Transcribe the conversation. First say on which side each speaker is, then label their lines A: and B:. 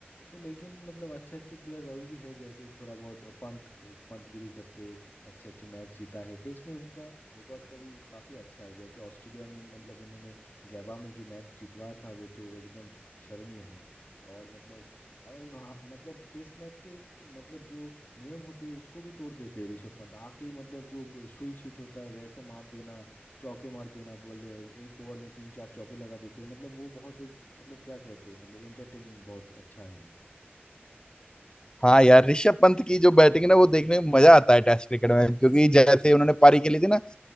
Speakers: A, on the left; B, on the left.
A: तो लेकिन मतलब अच्छे अच्छे प्लेयर्स अभी भी है जैसे थोड़ा बहुत पंत पंतगिरी करते अच्छे अच्छे मैच जीता है टेस्ट में उनका रिकॉर्ड का भी काफ़ी अच्छा है जैसे ऑस्ट्रेलिया में मतलब उन्होंने गैबा में जो मैच जितवा था वो तो एकदम शरणीय है और मतलब अ, हा- मतलब टेस्ट मैच के मतलब जो नियम होते हैं उसको भी तोड़ देते हैं ऋषभ पंत आके ही मतलब जो सुई छिट होता है वैसे मार देना चौके मार देना बल्ले एक ओवर में तीन चार चौके लगा देते हैं मतलब वो बहुत मतलब क्या कहते हैं मतलब एंटरटेनिंग बहुत अच्छा है वो
B: हाँ यार ऋषभ पंत की जो बैटिंग है ना वो देखने में मजा आता है टेस्ट क्रिकेट में क्योंकि जैसे उन्होंने पारी खेली थी ना